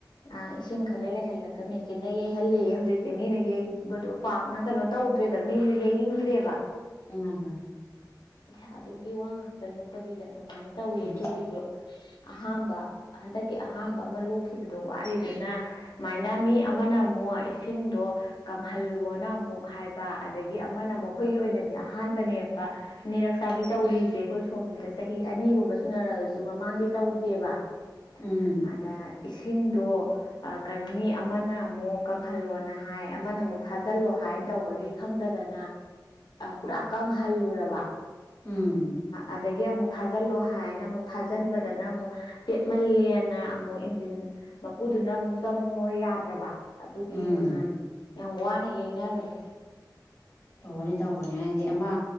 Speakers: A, on the left; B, on the left.
A: ꯑ ꯏꯁꯤꯡ ꯈꯔ ꯂꯩꯍꯜꯂꯒ ꯃꯦꯆꯤꯟꯅ ꯌꯩꯍꯜꯂꯤ ꯍꯧꯖꯤꯛꯇꯤ ꯃꯤꯅ ꯌꯩꯕꯗꯣ ꯄꯥꯛꯅ ꯀꯩꯅꯣ ꯇꯧꯗ ꯋꯦꯗ ꯃꯤꯁꯨ ꯌꯩꯅꯤꯡꯗ꯭ꯔꯦꯕ
B: ꯎ ꯃꯥ
A: ꯄꯩꯁꯥꯗꯨꯒꯤ ꯋꯥ ꯉꯥꯛꯇ ꯅꯠꯇꯕꯤꯗ ꯑꯗꯨꯃꯥꯏꯅ ꯇꯧꯋꯤ
B: ꯎꯝ
A: ꯑꯩꯈꯣꯏꯒꯤꯁꯨ ꯑꯍꯥꯝꯕ ꯍꯟꯗꯛꯀꯤ ꯑꯍꯥꯝꯕ ꯑꯃ ꯂꯣꯛꯈꯤꯕꯗꯣ ꯋꯥꯔꯤꯗꯨꯅ ꯁꯨꯃꯥꯏꯅ ꯃꯤ ꯑꯃꯅ ꯑꯃꯨꯛ ꯏꯁꯤꯡꯗꯣ ꯀꯪꯍꯜꯂꯣꯅ ꯑꯃꯨꯛ ꯍꯥꯏꯕ ꯑꯗꯒꯤ ꯑꯃꯅ ꯃꯈꯣꯏꯒꯤ ꯑꯣꯏꯅꯗꯤ ꯑꯍꯥꯟꯕꯅꯦꯕ ꯅꯤꯔꯛ ꯆꯥꯕꯤ ꯇꯧꯔꯤꯁꯦ ꯑꯩꯈꯣꯏ ꯁꯣꯝꯗ ꯆꯍꯤ ꯑꯅꯤ ꯐꯒꯨꯝꯕ ꯁꯨꯅꯔꯛꯑꯁꯨ ꯃꯃꯥꯡꯗꯤ ꯇꯧꯗꯦꯕ
B: ꯎꯝ
A: ꯑꯗ ꯏꯁꯤꯡꯗꯣ ꯀꯩꯅꯣ ꯃꯤ ꯑꯃꯅ ꯑꯃꯨꯛ ꯀꯪꯍꯜꯂꯣꯅ ꯍꯥꯏ ꯑꯃꯅ ꯑꯃꯨꯛ ꯊꯥꯖꯤꯜꯂꯣ ꯍꯥꯏ ꯀꯃꯥꯏꯅ ꯇꯧꯕꯒꯒꯤ ꯈꯪꯗꯗꯅ ꯄꯨꯔꯥ ꯀꯪꯍꯜꯂꯨꯔꯕ
B: ꯎꯝ
A: ꯑꯗꯒꯤ ꯑꯃꯨꯛ ꯊꯥꯖꯤꯜꯂꯣ ꯍꯥꯏꯅ ꯑꯃꯨꯛ ꯊꯥꯖꯤꯟꯕꯗꯅ ꯑꯃꯨꯛ ꯄꯦꯠꯃꯜꯂꯦꯅ ꯑꯃꯨꯛ ꯏꯟꯖꯤꯟ ꯃꯄꯨꯗꯨꯅ ꯑꯃꯨꯛ ꯆꯪꯉꯣ ꯌꯥꯗ꯭ꯔꯕ ꯑꯗꯨꯒꯤ
B: ꯎꯝ
A: ꯅꯍꯥꯟ ꯌꯥꯝ ꯋꯥꯅ ꯌꯩꯅꯈ꯭ꯔꯦ
B: ꯇꯧꯕꯅꯤ ꯇꯧꯕꯅꯤ ꯍꯥꯏꯗꯤ ꯑꯃ